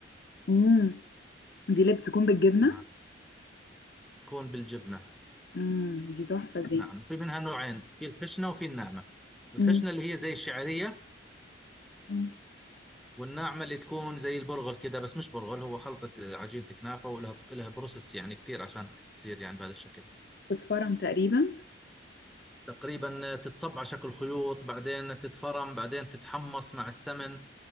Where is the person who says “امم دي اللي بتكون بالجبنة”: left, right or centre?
Left